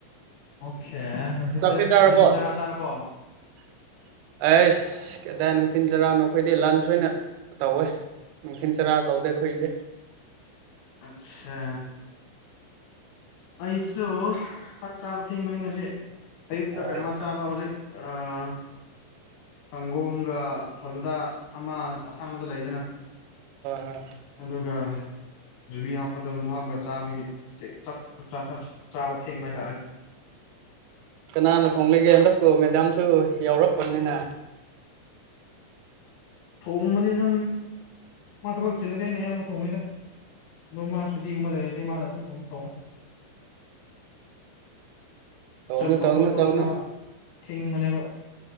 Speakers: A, on the left; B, on the right.
A: ꯈꯦꯍ ꯍ ꯅꯨꯡꯊꯤꯟ
B: ꯆꯥꯛꯇꯤ ꯆꯥꯔꯕꯣ
A: ꯅꯨꯡꯊꯤꯟ ꯆꯔꯥ ꯆꯥꯔꯕꯣ
B: <inaudible> ꯑꯩꯁ ꯀꯗꯥꯏ ꯅꯨꯡꯊꯤꯟ ꯆꯔꯥꯛꯅꯣ ꯑꯩꯈꯣꯏꯗꯤ ꯂꯟꯁ ꯑꯣꯏꯅ ꯇꯧꯋꯦ ꯊꯤꯟꯆꯔꯥ ꯇꯧꯗꯦ ꯈꯣꯢꯒꯤꯗꯤ
A: ꯑꯆꯥ ꯑꯩꯁꯨ ꯆꯥꯛ ꯆꯥꯕ ꯊꯦꯡꯕꯅꯤ ꯉꯁꯤ ꯑꯌꯨꯛꯇ
B: ꯑꯣ
A: ꯀꯩꯅꯣꯃ
B: ꯍꯣꯏ
A: ꯆꯥꯕ ꯍꯧꯖꯤꯛ ꯑꯥ ꯁꯒꯣꯝꯒ ꯐꯂꯨꯗꯥ ꯑꯃ ꯑꯁꯥꯡꯕ ꯂꯩꯗꯅ
B: ꯍꯣꯏ
A: ꯑꯗꯨꯒ ꯖꯨꯕꯤ ꯍꯥꯞꯄꯗꯣꯡꯗꯣ ꯍꯥꯞꯄꯒ ꯆꯥꯕꯒꯤ ꯆꯤꯛ ꯆꯥꯛ ꯆꯣꯛ ꯈꯔ ꯆꯥꯕ ꯊꯦꯡꯕ ꯍꯥꯏꯇꯥꯔꯦ
B: ꯀꯅꯥꯅ ꯊꯣꯡꯂꯤꯒꯦ ꯍꯟꯗꯛꯄꯨ ꯃꯦꯗꯥꯝꯁꯨ ꯌꯥꯎꯔꯛꯈ꯭ꯔꯕꯅꯤꯅ
A: ꯊꯣꯡꯕꯗꯤ ꯗꯨꯝ ꯃꯥ ꯊꯕꯛ ꯆꯤꯜꯂꯗꯤ ꯑꯩꯅ ꯑꯌꯥꯝꯕ ꯊꯣꯡꯉꯤꯗ ꯗꯣ ꯃꯥ ꯁꯨꯗꯤꯒꯨꯝꯕ ꯂꯩꯔꯗꯤ ꯃꯥꯅ ꯑꯗꯨꯝ ꯐꯟ ꯊꯣꯡꯉꯣ
B: ꯇꯧꯅꯨ
A: ꯆꯠꯄ
B: ꯇꯧꯅꯨ
A: ꯈꯣꯠꯄꯗꯨ
B: ꯇꯧꯅꯨ
A: ꯃꯥ ꯊꯦꯡꯕꯅꯦꯕ